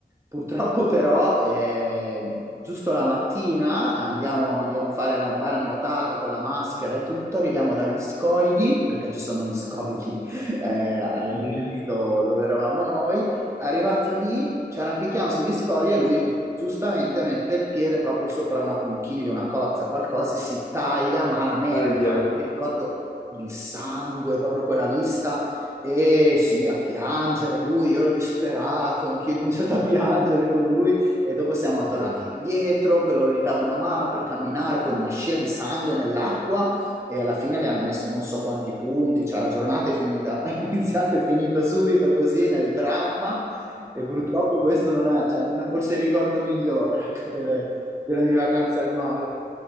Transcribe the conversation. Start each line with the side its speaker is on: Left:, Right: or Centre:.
Right: Purtroppo però, eh, giusto la mattina andiamo, andiamo a fare una bella nuotata con la maschera e tutto, arriviamo dagli scogli, perché ci sono gli scogli <laughs> eh, al-
Left: Mhm.
Right: lì do- dove eravamo noi, arrivati lì ci arrampichiamo sugli scogli e lui giustamente mette il piede proprio sopra una conchiglia, una cozza, qualcosa e si taglia malamente.
Left: Aia,
Right: Ah, Mi ricordo il sangue, proprio quella vista e sì, a piangere lui, io ero disperato, anch'io ho cominciato a piangere con lui e dopo siamo
Left: aia.
Right: tornati indietro, che lo- gli davo una mano per camminare con una scia di sangue nell'acqua e alla fine gli hanno messo non so quanti punti, cioè la giornata è finita, <laughs> è iniziata e finita subito così nel dramma e purtroppo questo non è, cioè, non è forse il ricordo migliore ecco, delle delle mie vacanze al mare.